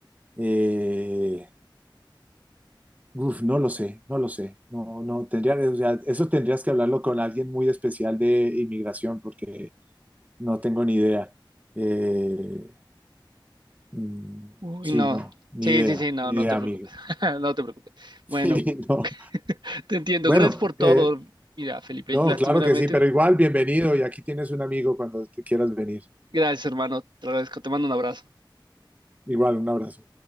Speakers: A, on the right (about 20°); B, on the right (about 60°).
A: eh, uf, no lo sé, no lo sé. No, no, tendría, o sea, eso tendrías que hablarlo con alguien muy especial de inmigración porque no tengo ni idea. Eh, mm,
B: Uy,
A: sí,
B: no.
A: no, ni
B: Sí,
A: idea,
B: sí, sí, no,
A: ni
B: no
A: idea,
B: te preocupes.
A: amigo.
B: <laughs>
A: <laughs>
B: No te preocupes. Bueno,
A: Sí, no.
B: <laughs> te entiendo.
A: Bueno,
B: Gracias por todo.
A: eh,
B: Mira, Felipe,
A: no,
B: lastimeramente,
A: claro que sí, pero igual, bienvenido y aquí tienes un amigo cuando te quieras venir.
B: gracias, hermano. Te agradezco. Te mando un abrazo.
A: Igual, un abrazo.